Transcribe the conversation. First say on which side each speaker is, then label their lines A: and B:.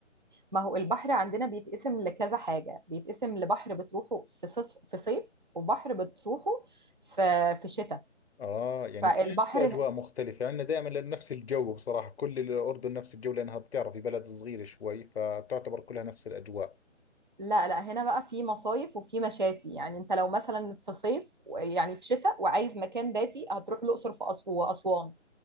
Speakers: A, on the right; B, on the left.
A: ما هو البحر عندنا بيتقسم لكذا حاجة بيتقسم لبحر بتروحه في صف في صيف وبحر بتروحه في في شتاء
B: آه يعني
A: فالبحر
B: في عندكم أجواء مختلفة عندنا دائما لأنه نفس الجو بصراحة كل الأردن نفس الجو لأنها بتعرفي بلد صغيرة شوي فبتعتبر كلها نفس الأجواء
A: لا لا هنا بقى في مصايف وفي مشاتي يعني انت لو مثلا في صيف يعني في شتاء وعايز مكان دافي هتروح الاقصر في أس- واسوان